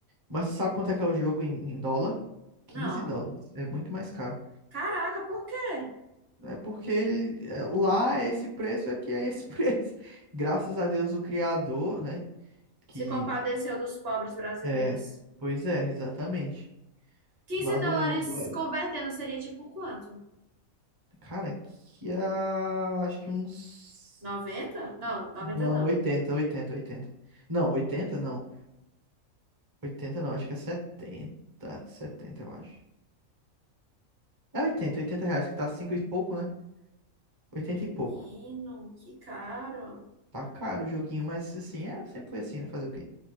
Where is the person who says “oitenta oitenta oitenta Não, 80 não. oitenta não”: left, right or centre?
Right